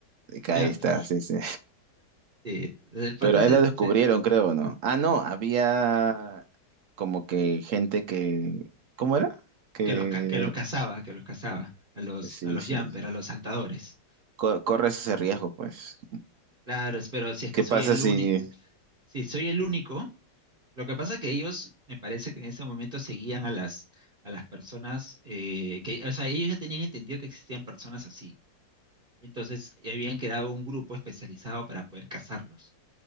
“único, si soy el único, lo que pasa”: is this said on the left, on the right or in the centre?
Right